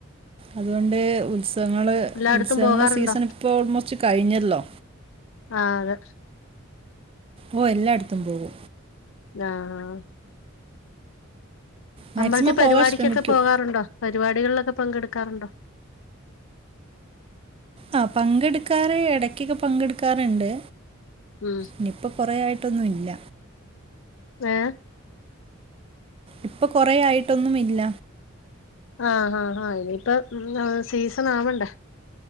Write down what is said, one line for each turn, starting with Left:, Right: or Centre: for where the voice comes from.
Right: അതുകൊണ്ട് ഉത്സവങ്ങള്
Left: എല്ലായിടത്തും
Right: ഉത്സവങ്ങള്
Left: പോകാറുണ്ടോ
Right: സീസണ ഇപ്പോൾ ഓൾമോസ്റ്റ് കഴിഞ്ഞല്ലോ
Left: ആഹ അതെ
Right: ഓ എല്ലായിടത്തും പോവു
Left: ആഹ ആഹ
Right: മാക്സിമം
Left: അമ്പഴത്തെ പരിപാടിക്കൊക്കെ
Right: പോകാൻ ശ്രമിക്കും
Left: പോകാറുണ്ടോ പരിപാടികളിലൊക്കെ പങ്കെടുക്കാറുണ്ടോ
Right: ആഹ പങ്കെടുക്കാറ് ഇടക്കൊക്കെ പങ്കെടുക്കാറുണ്ട്
Left: ഉം
Right: ഇനിപ്പ കൊറ ആായിട്ടൊന്നുംല്ല
Left: ഏ
Right: ഇപ്പൊ കൊറ ആായിട്ടൊന്നും ഇല്ല
Left: ആഹ ഹാ ഹാ ഇനിയിപ്പ സീസൺ ആവണ്ട